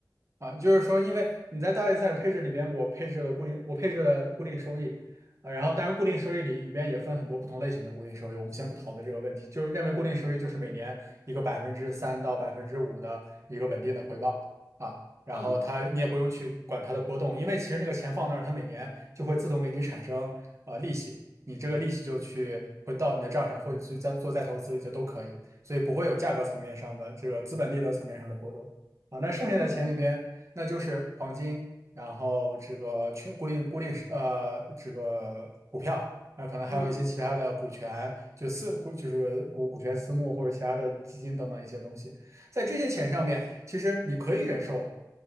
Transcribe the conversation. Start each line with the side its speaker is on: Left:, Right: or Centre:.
Right: 啊，就是说，因为你在大类资产配置里边，我配置了固定，我配置了固定收益，啊，然后当然固定收益里里边也分很多不同类型的固定收益，我们先不讨论这个问题，就是认为固定收益就是每年一个百分之三到百分之五的一个稳定的回报啊，然后它你也不用去管它的波动，
Left: 嗯
Right: 因为其实那个钱放那儿，它每年就会自动给你产生呃利息，你这个利息就去回到你的账上，或者去再做再投资就都可以，所以不会有价格层面上的这个资本利得层面上的波动。啊，那剩下的钱里边，
Left: 嗯
Right: 那就是黄金，然后这个全固定固定呃这个股票，那可能还有一些其他的股权，
Left: 嗯
Right: 就私股就是股股权私募或者其他的基金等等一些东西，在这些钱上面，其实你可以忍受